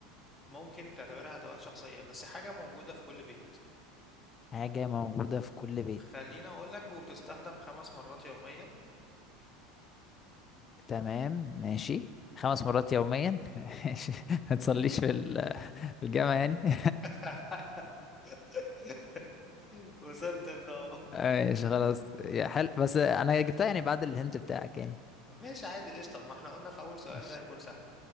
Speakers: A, on the left (about 15°); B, on the left (about 30°).
A: ممكن تعتبرها أدوات شخصية بس حاجة موجودة في كل بيت
B: حاجة موجودة في كل بيت
A: خليني أقول لك وبتستخدم خمس مرات يوميا
B: تمام ماشي خمس مرات يوميا <laughs> ماشي ما تصليش في ال- في الجامع يعني <laughs>
A: <laughs> وصلت أنت أهو.
B: ماشي خلاص يا حل بس أنا جبتها يعني بعد الهنت بتاعك يعني
A: ماشي عادي قشطة ما احنا قلنا في أول سؤال
B: ماشي
A: ده هيكون سهل